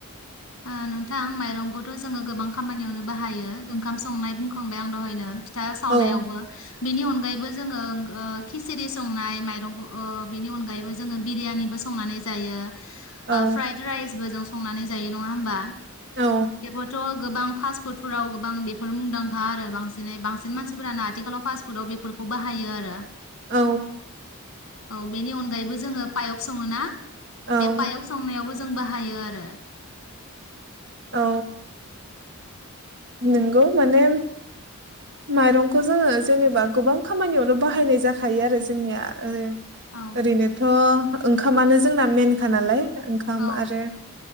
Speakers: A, on the left; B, on the right.
A: ओ नोंथां माइरंखौथ' जोङो गोबां खामानियावनो बाहायो ओंखाम संनाय बुंखांबाय आं दहायनो। फिथा सावनायावबो।
B: औ
A: बेनि अनगायैबो जोङो ओं ओ खिसारि संनाय माइरंखौ अ बेनि अनगायैबो जोङो बिरयानिबो संनानै। जायो
B: औ
A: ओ फ्राइद राइसबो जों संनानै जायो नङा होमबा।
B: औ
A: बेबोथ' गोबां फास्पुडफोराव गोबां बेफोर मुंदां खा आरो बांसिनै बांसिन मानसिफोरानो आथिखालाव फास्ट फुडाव बेफोरखौ बाहायो आरो।
B: औ।
A: औ बेनि अनगायैबो जोङो पायाव सङो ना
B: औ
A: बे पायाव संनायावबो जों बाहायो आरो।
B: औ। नोंगौ माने। माइरंखौ जोङो जेनेबा गोबां खामानियावनो बाहायनाय जाखायो आरो जोंनिया ओ
A: औ
B: ओरैनोथ' ओंखामानो जोंना मेनखा नालाय ओंखाम
A: औ
B: आरो